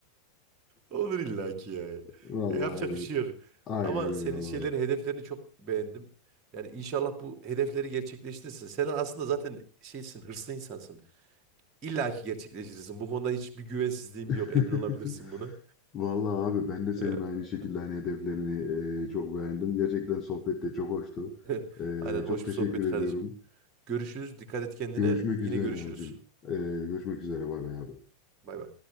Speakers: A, on the right; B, on the left.
A: Olur illaki yani.
B: Vallahi
A: E, yapacak
B: evet.
A: bir şey yok.
B: Aynen
A: Ama senin
B: öyle valla.
A: şeylerin, hedeflerini çok beğendim. Yani inşallah bu hedefleri gerçekleştirirsin. Sen aslında zaten şeysin, hırslı insansın. İlla ki gerçekleştirirsin. Bu konuda hiçbir güvensizliğim
B: <laughs>
A: yok. Emin olabilirsin buna.
B: Vallahi abi ben de senin
A: Ee,
B: aynı şekilde hani hedeflerini e, çok beğendim. Gerçekten sohbet de çok hoştu.
A: <laughs>
B: E,
A: Aynen. Hoş
B: çok
A: bir
B: teşekkür
A: sohbet
B: ediyorum.
A: kardeşim. Görüşürüz. Dikkat et kendine.
B: Görüşmek
A: Yine
B: üzere
A: görüşürüz.
B: abicim. E, görüşmek üzere bay bay abi.
A: Bay bay.